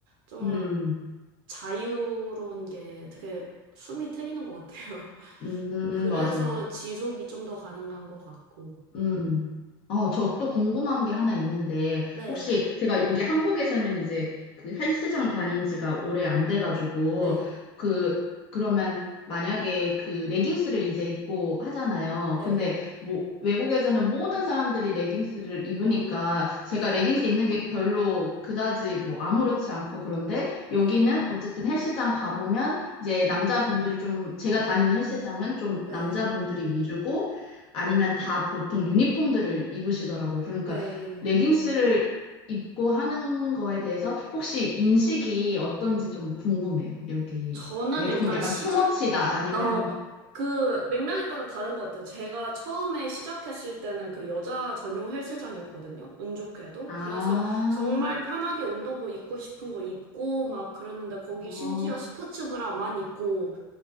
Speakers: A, on the right; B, on the left.
A: 좀
B: 음,
A: 자유로운 게 되게 숨이 트이는 것 같아요. <laughs>
B: 음,
A: 그래서
B: 맞아요.
A: 지속이 좀 더 가능한 것 같고.
B: 음. 어, 저 또 궁금한 게 하나 있는데,
A: 네,
B: 혹시 제가 여기 한국에서는 이제 그 헬스장 다닌 지가 오래 안 돼가지고,
A: 네,
B: 그, 그러면 만약에 그 레깅스를 이제 입고 하잖아요.
A: 네.
B: 근데 뭐 외국에서는 모든 사람들이 레깅스를 입으니까
A: 어,
B: 제가
A: 네,
B: 레깅스 입는 게 별로 그다지 뭐 아무렇지 않고 그런데
A: 네,
B: 여기는 어쨌든 헬스장 가보면 이제 남자분들이 좀 제가 다니는 헬스장은 좀
A: 네,
B: 남자분들이 위주고 아니면 다 보통 유니폼들을 입으시더라고. 그러니까
A: 네.
B: 음.
A: 네.
B: 레깅스를 입고 하는 거에 대해서 혹시 인식이 어떤지 좀 궁금해요. 여기
A: 저는
B: 그게
A: 일단
B: 조금 약간
A: 시작,
B: 투머치다 음. 아니면
A: 나, 어, 그 맥락에 따라 다른 것 같아요. 제가 처음에 시작했을 때는 그 여자 전용 헬스장이었거든요. 운 좋게도.
B: 아,
A: 그래서 정말 편하게 운동복 입고 싶은 거 입고 막 그랬는데 거기
B: 어,
A: 심지어 스포츠 브라만 입고